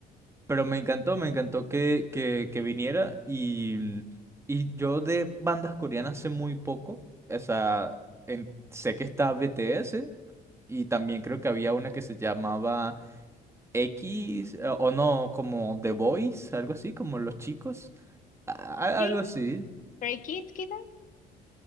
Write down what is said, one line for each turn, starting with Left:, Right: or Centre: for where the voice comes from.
Right: pero me encantó, me encantó que, que, que viniera y, y yo de bandas coreanas sé muy poco. O sea, en- sé que está BTS y también creo que había una que se llamaba X eh, o no, como The Boys, algo así, como los chicos, a- a-
Left: Sí,
Right: algo así.
Left: Stray Kids quizás,